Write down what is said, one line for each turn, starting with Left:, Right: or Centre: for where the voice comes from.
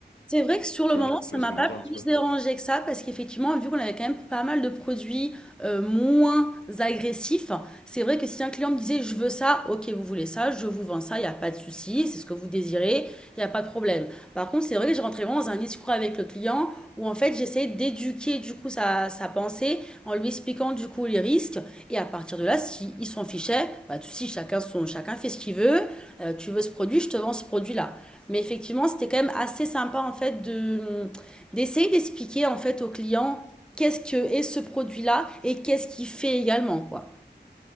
Centre: C'est vrai que sur
Left: tu
Centre: le moment,
Left: vois,
Centre: ça
Left: tu vois
Centre: m'a
Left: ce que
Centre: pas
Left: je veux dire un petit
Centre: plus
Left: peu?
Centre: dérangé que ça parce qu'effectivement, vu qu'on avait quand même pas mal de produits euh, moins agressifs, c'est vrai que si un client me disait je veux ça, ok, vous voulez ça, je vous vends ça, il n'y a pas de souci, c'est ce que vous désirez, il n'y a pas de problème. Par contre, c'est vrai que j'ai rentré vraiment dans un discours avec le client où en fait j'essayais d'éduquer du coup sa, sa pensée en lui expliquant du coup les risques et à partir de là, s'il s'en fichait, pas de souci, chacun, son, chacun fait ce qu'il veut, Euh, tu veux ce produit, je te vends ce produit-là. Mais effectivement, c'était quand même assez sympa en fait de d'essayer d'expliquer en fait aux clients qu'est-ce que est ce produit-là et qu'est-ce qu'il fait également quoi.